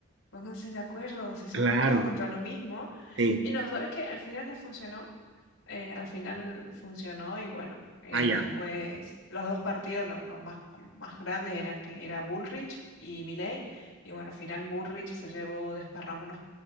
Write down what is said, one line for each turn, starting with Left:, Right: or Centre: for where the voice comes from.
Left: pónganse de acuerdo si somos
Right: Claro,
Left: todos contra lo mismo.
Right: sí,
Left: Y no, ¿sabes qué? Al final les funcionó. eh, al final funcionó y bueno, eh,
Right: ah, ya.
Left: después los dos partidos, lo- los más, más grandes eran que era Bullrich y Milei y bueno, al final Bullrich se llevó desparrama unos